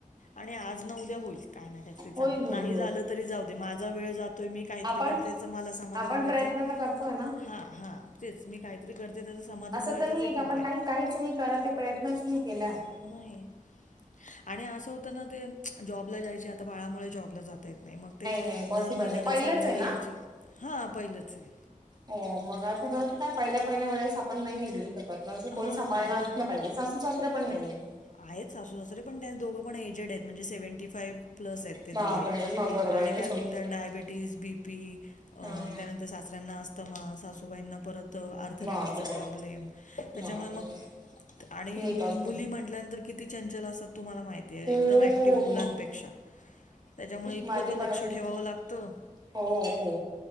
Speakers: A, on the left (about 60°); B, on the right (about 30°).
A: आणि आज न उद्या होईल. काही नाही काहीतरी चांगलं
B: होईल होईल
A: नाही
B: होईल
A: झालं तरी जाऊ दे माझा वेळ जातोय. मी काहीतरी
B: आपण
A: करतेच मला समाधान
B: आपण
A: मिळत.
B: प्रयत्न तर करतोय ना.
A: हा हा तेच मी काहीतरी करते. त्याच समाधान
B: असं
A: मिळते
B: तर नाही
A: ते
B: की
A: खूप
B: आपण
A: आहे.
B: काही काहीच नाही कळतं ते प्रयत्नच नाही केला.
A: नाही आणि असं होतं ना, ते जॉबला जायचे आता बाळामुळे जॉबला जात नाही मग ते
B: नाही पॉसिबल
A: दर महिन्याला
B: नाही पहिलंच
A: सॅलरी
B: आहे ना?
A: यायची हा पहिलंच आहे.
B: हो मग आता बर काय पहिल्या पहिल्या वेळेस आपण नाही निघलू शकतं कोणी
A: हां
B: सांभाळला सासू सासरे पण नाहीहेत.
A: आहेत सासू सासरे पण त्यां दोघं पण एजेड आहेत म्हणजे सेव्हंटी फाई्ह प्लस आहेत ते दोघही
B: बापरे मग बरोबर
A: आणि
B: आहे नाही
A: त्यातून
B: सोडू
A: त्या
B: शकत
A: डायबिटीज बी पी अ
B: हा हा
A: त्यानंतर सासऱ्यांना अस्तमा, सासूबाईंना परत त अर्थरेटीजचा
B: बापरे
A: प्रॉब्लेम, त्याच्यामुळे
B: बापरे
A: मग आणि
B: मी
A: मु
B: करते
A: मुली म्हण ल्यानंतर किती चंचल असतात तुम्हाला माहि तीय
B: खूप
A: एकदम ऍक्टिव मुलांपेक्षा,
B: मग
A: त्याच्यामुळे इतकं
B: माझी
A: ते
B: पण
A: लक्ष
B: अशीच
A: ठेवावं
B: आहे
A: लागतं.
B: हो हो,